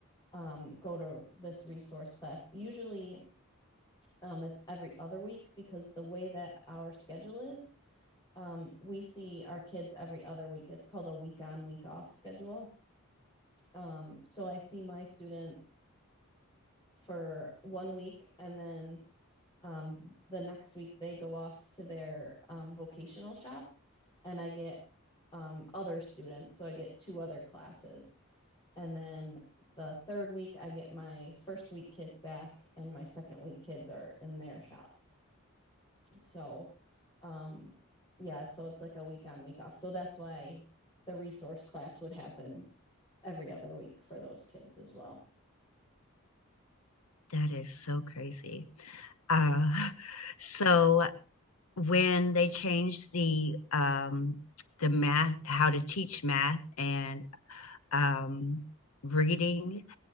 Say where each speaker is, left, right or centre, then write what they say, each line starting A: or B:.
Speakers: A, on the left; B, on the left.
A: um go to this resource class. Usually um it's every other week because the way that our schedule is Um, we see our kids every other week. It's called a week on, week off schedule. Um, so I see my students for one week and then um, the next week they go off to their um, vocational shop and I get um, other students. So I get two other classes. And then the third week, I get my first week kids back, and my second week kids are in their shop. So, um, yeah, so it's like a week on, week off. So that's why the resource class would happen every other week for those kids as well.
B: that is so crazy. Uh, <laughs> so when they changed the um, the math, how to teach math and um, reading,